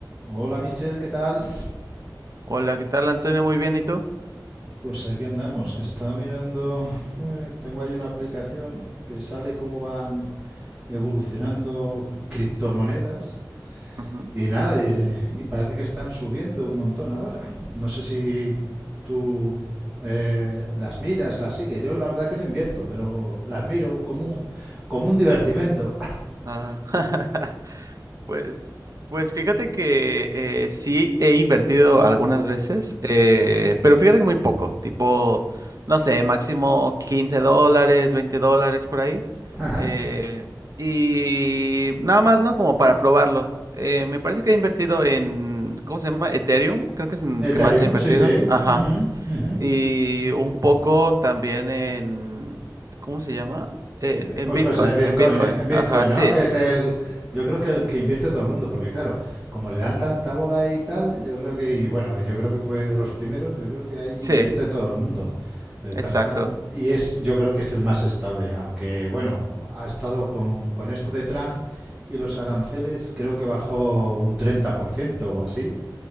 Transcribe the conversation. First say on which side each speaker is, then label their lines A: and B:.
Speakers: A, on the right; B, on the right.
A: Hola Michelle, ¿qué tal?
B: Hola, ¿qué tal, Antonio? Muy bien, ¿y tú?
A: Pues aquí andamos, que estaba mirando, eh, tengo ahí una aplicación que sale cómo van evolucionando criptomonedas
B: Ujú.
A: y nada, y, y parece que están subiendo un montón ahora. No sé si tú eh, las miras, las sigues. Yo la verdad que no invierto, pero las miro como un, ju- como un divertimento.
B: Ah, <laughs> pues, pues fíjate que eh, sí he invertido algunas veces, eh, pero fíjate que muy poco, tipo, no sé, máximo 15 dólares, 20 dólares por ahí.
A: <laughs> Ajá.
B: eh, y nada más, ¿no? Como para probarlo. Eh, me parece que he invertido en, ¿cómo se llama? Ethereum, creo que es en
A: Ethereum,
B: el que más he invertido.
A: sí, sí.
B: Ajá.
A: Ujú, ujú.
B: Y un poco también en, ¿cómo se llama? Eh,
A: Eh, pe-
B: en
A: Pues
B: Bitcoin,
A: puede ser Bitcoin,
B: en Bitcoin.
A: eh, en Bitcoin,
B: Ajá, sí,
A: ¿no? Que es el, yo creo que el que invierte todo el mundo, porque claro, como le dan tanta bola y tal, yo creo que, y bueno, yo creo que fue de los primeros, yo creo que ahí
B: sí,
A: invierte todo el mundo. Le
B: exacto.
A: pasa, y es, yo creo que es el más estable, aunque bueno, ha estado con, con esto de Trump y los aranceles, creo que bajó un 30% o así,